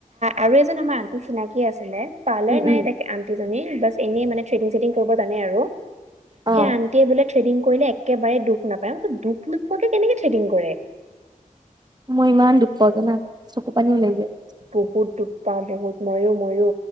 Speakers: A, on the right; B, on the right.
A: আৰু এজন আমা তি চিনাকি আছিলে পাৰলাৰ
B: উম
A: নাই
B: উম
A: তাকে আ টিজনী বাচ এনেই মানে ট্ৰেডিং ছেডিং কৰিব জানে আৰু,
B: অ
A: সে আন্টিয়ে বোলে থেডিং কৰিলে একেবাৰে ডুপ নাপায়, ডুপ নোপোৱাকে কেনেকে থ্ৰেডিং কৰে?
B: মই ইমান ডুপ পাও জানা চকু পানী ওলাই যায়।
A: কুকুৰটোপ পাওঁ বহুত ময়ো ময়ো।